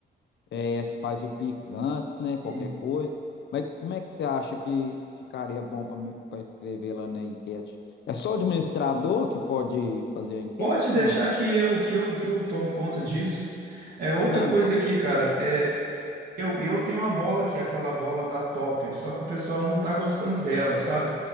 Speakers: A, on the left; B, on the right.
A: é, faz o Pix antes, né? Qualquer
B: E
A: coisa. Mas como é que você acha que ficaria bom para escrever lá na enquete? É só o administrador que pode fazer a enquete
B: pode deixar
A: ou não?
B: que eu que eu que eu tomo conta disso. É outra
A: Não,
B: coisa
A: então.
B: aqui, cara. É, Eu, eu tenho uma bola que é aquela bola da Topper, só que o pessoal não tá gostando dela, sabe?